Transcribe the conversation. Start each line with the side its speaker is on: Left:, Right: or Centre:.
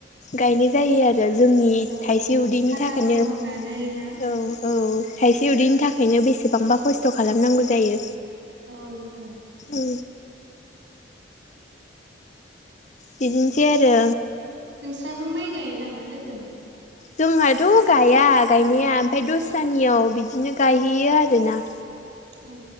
Left: गायनाय जायो आरो जोंनि
Right: औ
Left: थाइसे उदैनि
Right: साथाफोर
Left: थाखायनो औ
Right: हमनानै ना
Left: औ थाइसे उदैनि थाखायनो बेसेबांबा खस्थ' खालामनांगौ जायो
Right: औ लोगो
Left: औ बिदिनोसै आरो
Right: नोंस्राबो माइ गायो नामा लोगो
Left: जोंहाथ' गाया गायनाया ओमफ्राय दस्रानियाव बिदिनो गायहैयो आरोना
Right: ए